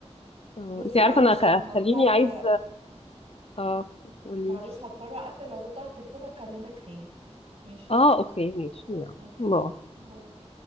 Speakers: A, on the left; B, on the right.
A: آه،
B: بصي
A: انتي
B: معلش
A: عارفة انا خ-
B: انا
A: هتخليني
B: هضطر
A: عايزة اه قولي
B: معلش هضطر اقفل ارد على التليفون واكلمك تاني ماشي
A: اه اوكي ماشي يلا
B: اوكي
A: باي.
B: يعني باي